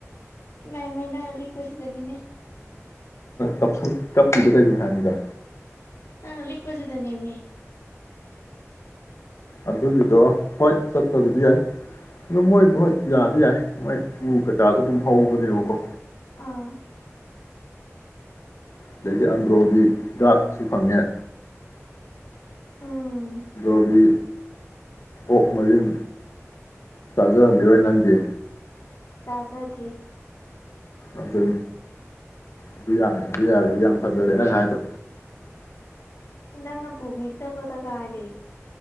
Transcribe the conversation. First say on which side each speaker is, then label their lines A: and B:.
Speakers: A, on the left (about 80°); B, on the left (about 65°).
A: ꯏꯃꯥꯏ ꯏꯃꯥꯏ ꯅꯪꯅ ꯂꯤꯛꯄ ꯁꯤꯗꯅꯤꯅꯦ
B: ꯀꯞꯄ ꯀꯞꯄꯤꯗꯨ ꯀꯩꯒꯤꯅꯣ ꯍꯥꯏꯕꯅꯤꯗ
A: ꯅꯪꯅ ꯂꯤꯛꯄꯁꯤꯗꯅꯦꯃꯤ
B: ꯑꯗꯨꯒꯤꯗꯣ ꯍꯣꯏ ꯆꯠꯄꯕꯨꯗꯤ ꯌꯥꯏ ꯑꯗꯣ ꯃꯣꯏ ꯍꯣꯇ ꯌꯥꯗꯤ ꯌꯥꯏ ꯃꯣꯏ ꯎ ꯀꯩꯀꯥꯗꯨ ꯑꯗꯨꯝ ꯍꯧꯕꯅꯦꯕꯀꯣ
A: ꯑꯥ
B: ꯑꯗꯩꯗꯤ ꯑꯟꯗ꯭ꯔꯣꯒꯤ ꯍꯤꯗꯥꯛꯁꯨ ꯐꯪꯉꯦ
A: ꯎꯝ
B: ꯑꯟꯗ꯭ꯔꯣꯒꯤ ꯑꯣꯛ ꯃꯔꯤꯟ ꯇꯥꯖꯔꯝꯒꯤꯔꯣꯏ ꯅꯪꯗꯤ
A: ꯆꯥꯖꯗ꯭ꯔꯤ
B: ꯑꯗꯨ ꯑꯗꯨ ꯌꯥꯔꯦ ꯑꯗꯨ ꯌꯥꯔꯦ ꯌꯥꯝ ꯐꯖꯔꯦ ꯅꯪ ꯍꯥꯏꯗꯣ
A: ꯅꯪꯅ ꯄꯨꯕꯤꯗꯕꯗ ꯉꯥꯏ